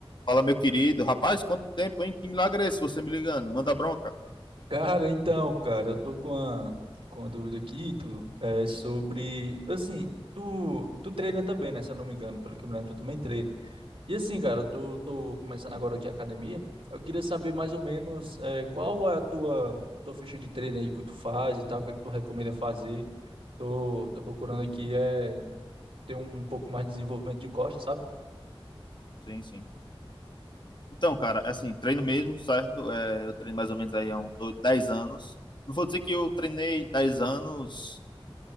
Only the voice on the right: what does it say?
Cara, então, cara, eu tô com uma com a dúvida aqui, Ítalo, é sobre, assim, tu, tu treina também, né, se eu não me engano, pelo que eu me lembro, tu também treina. E assim, cara, eu tô, tô começando agora aqui a academia, eu queria saber mais ou menos é, qual é a tua, tua ficha de treino aí que tu faz e tal, o que é que tu recomenda fazer. Tô, tô procurando aqui é ter um, um pouco mais de desenvolvimento de costas, sabe?